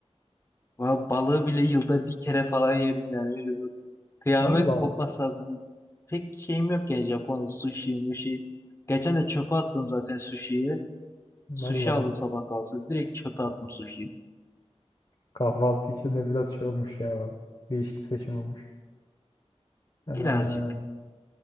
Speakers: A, on the left; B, on the left.
A: Va- Balığı bile yılda bir kere falan yerim yani. Öyle bir kıyamet
B: Allah Allah.
A: kopmaz lazım. Pek şeyim yok yani Japon sushi, mushi. Geçen de çöpe attım zaten sushi'yi.
B: Allah
A: Sushi aldım
B: Allah.
A: sabah kahvaltısı. Direkt çöpe attım sushi'yi.
B: Kahvaltı için de biraz şey olmuş ya. o. Değişik bir seçim olmuş. Ee,
A: Birazcık.